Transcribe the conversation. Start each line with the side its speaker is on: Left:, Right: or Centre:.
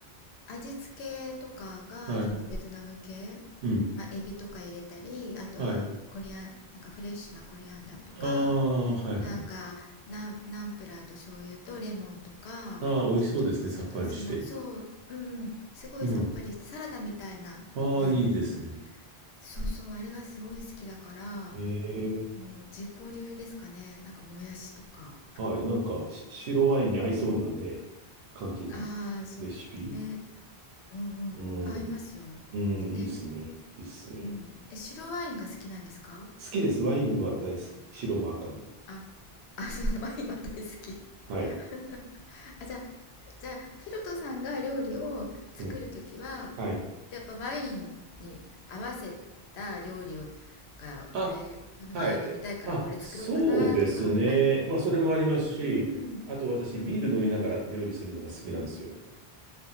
Left: 味付けとかがそのベトナム系、
Right: はい。うん。
Left: まあ、エビとか入れたりあと
Right: はい。
Left: コリアンなんかフレッシュなコリアンダーとか
Right: ああ、はいはい。
Left: なんかナンナンプラーと醤油とレモンとかおちょっとお砂糖そのそううんうんすごいさっぱりしてサラダみたいな麺
Right: ああ、美味しそうですね。さっぱりして。うん。ああ、いいですね。
Left: そうそうあれがすごい好きだから
Right: ええ
Left: もう自己流ですかねなんかもやしとか
Right: はい。なんか、し白ワインに合いそうなね、感じの
Left: ああーそうね
Right: レシピ。
Left: うんうんうん合いますよ
Right: うん。うん、いいっすね。
Left: え
Right: いいっすね。
Left: うん。え、白ワインが好きなんですか
Right: 好きです。ワインは大好き。白も赤も。
Left: あ、あ、そう、ワインは大好き。
Right: はい。
Left: <laughs> あ、じゃあ、じゃあ、ヒロトさんが料理を作るときは、
Right: うん。はい。
Left: やっぱワインに合わせた料理を、が、
Right: あ、
Left: これ、このワイン飲みたいからこれ作ろうかなとか、
Right: はい。あ、そうですね。
Left: ある
Right: まあ、それもありますし、
Left: うん。
Right: あと私、
Left: うん。
Right: ビール飲みながら料理するのが好きなんですよ。